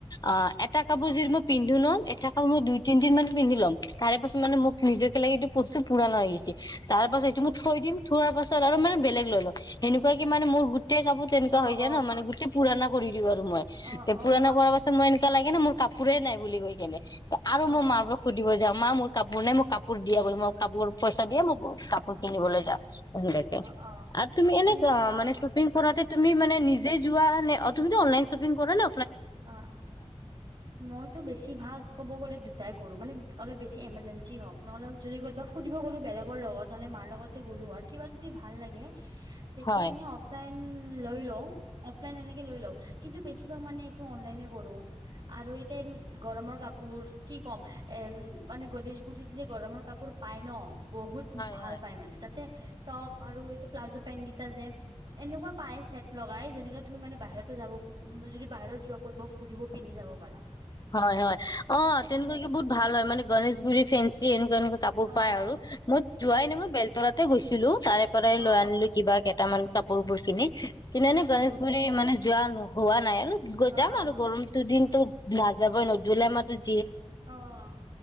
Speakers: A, on the left; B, on the right.
A: অ', এটা কাপোৰ যোৰ মই পিন্ধো ন' এটা কাপোৰ মই দুই তিনিদিন মান পিন্ধি লম তাৰেপাছত মানে মোক নিজকে লাগে এইটো বস্তু পুৰানা হৈ গেছে। তাৰপাছত সেইটো মই থৈ দিম, থোৱাৰ পাছত আৰু মানে বেলেগ লৈ লম সেনেকুৱা কি মানে মোৰ গো টেই কাপুৰ তেনেকুৱা
B: অ',
A: হৈ যায়
B: অ',
A: ন' মানে গোটেই পুৰণা কৰি দিওঁ আৰু মই
B: অ',
A: এই পুৰণা
B: অ',
A: কৰাৰ পাছত মই এনেকুৱা লাগে না মোৰ কাপোৰে নাই বুলি কৈ কেনে, আৰু
B: অ',
A: মই
B: অ',
A: মাৰ পৰা সুধিব যাওঁ। মা মোৰ কাপোৰ নাই মোৰ কাপোৰ দিয়া বুলি, মই কাপোৰ পইচা দিয়ে মই কাপোৰ কিনিবলৈ যাম। এনেকে
B: অ', অ',
A: আৰু তুমি এনে
B: এনেকুৱা
A: অ', মানে শ্বপিং কৰাতে তুমি মানে নিজে যোৱা নে? অ', তুমিতো অনলাইন শ্বপিং কৰা ন'?
B: অ', মইতো বেছি ভাগ ক'ব গ'লে দুটাই কৰোঁ, মানে অলপ বেছি এমাৰ্জেঞ্চি হওঁক, নহ'লেও যদি ক'তবা ফুৰিব গ'লো বেলেগৰ লগত নহ'লে মাৰ লগতে গ'লো আৰু কিবা যদি ভাল লাগে, তেতিয়া
A: হয়
B: এনে অফলাইন লৈ লওঁ অফলাইন এনেকে লৈ লওঁ কিন্তু বেছিভাগ মানে টো অনলাইনে কৰোঁ আৰু এতিয়া গৰমৰ কাপোৰ কি কম এ মানে গণে গুৰিত যি গৰমৰ কাপোৰ পায় ন' বহুত
A: হয়
B: ভাল
A: হয়
B: পায় মানে তাত তে টপ আৰু এইটো প্লাজো পেণ্ট কেইটা যে। এনেকুৱা পাই চেট লগাই যেনেকে তুমি মানে বাহিৰতে যাব যদি বাহিৰত যোৱা ক'ত বা ফুৰিব পিন্ধি যাব পাৰা।
A: হয়, হয়, অ', তেনেকুৱাকে বহুত ভাল হয় মানে গনেশগুৰি ফেঞ্চি এনেকোৱা তেনেকুৱা কাপোৰ
B: অ
A: পায়
B: অ
A: আৰু মই যোৱাই নাই, মই বেলতলাতে গৈছিলো। তাৰে পৰাই
B: অ অ
A: লৈ আনিলো কিবা কেইটামান কাপোৰবোৰ কিনি কিনোনে গনেশগুৰি
B: অ
A: মানে যোৱা হোৱা নাই আৰু
B: অ
A: যাম
B: অ
A: আৰু গৰমটো দিনতো নাযাবই ন' জুলাই মাহটোত
B: অ',